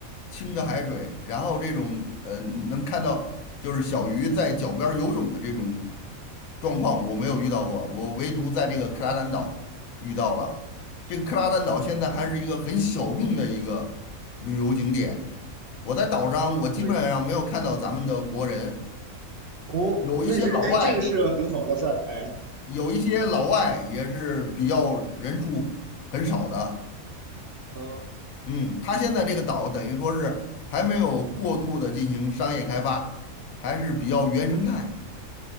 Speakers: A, on the left (about 75°); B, on the right (about 55°).
A: 清的海水，然后这种呃能看到就是小鱼在脚边儿游泳的这种状况，我没有遇到过，我唯独在这个克拉丹岛遇到了。这个克拉丹岛现在还是一个很小众的一个旅游景点，我在岛上我基本上没有看到咱们的国人，
B: 可以哦，
A: 有一些老外，
B: 那是个哎，这个是个很好的事儿哎。
A: 有一些老外也是比较人数很少的。
B: 嗯，
A: 嗯，它现在这个岛等于说是还没有过度的进行商业开发，还是比较原生态。